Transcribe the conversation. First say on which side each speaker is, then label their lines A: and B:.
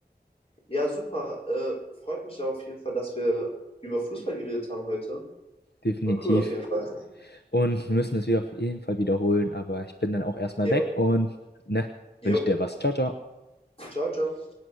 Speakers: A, on the left; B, on the left.
A: Ja, super. Äh, freut mich auf jeden Fall, dass wir über Fußball geredet haben heute.
B: definitiv.
A: War cool auf jeden Fall.
B: Und wir müssen das wieder auf jeden Fall wiederholen, aber ich bin dann auch erstmal
A: jo
B: weg und, ne,
A: jo
B: wünsch dir was. Ciao, ciao.
A: ciao, ciao.